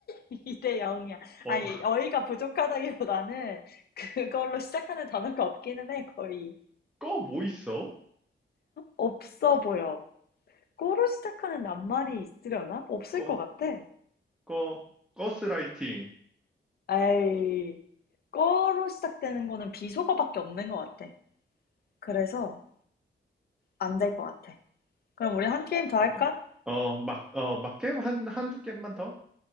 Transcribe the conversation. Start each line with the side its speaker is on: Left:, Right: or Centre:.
Left: 2대 0이야.
Centre: 어.
Left: 아니, 어이가 부족하다기보다는 그걸로 시작하는 단어가 없기는 해, 거의.
Centre: 꺼 뭐 있어?
Left: 없어 보여. 꺼로 시작하는 낱말이 있으려나? 없을
Centre: 꺼,
Left: 것 같아.
Centre: 꺼, 가스라이팅.
Left: 에이, 꺼로 시작되는 거는 비속어밖에 없는 것 같아. 그래서 안 될 것 같아. 그럼 우리 한 게임 더 할까?
Centre: 어, 어, 막, 어, 막 게임 한, 한두 게임만 더?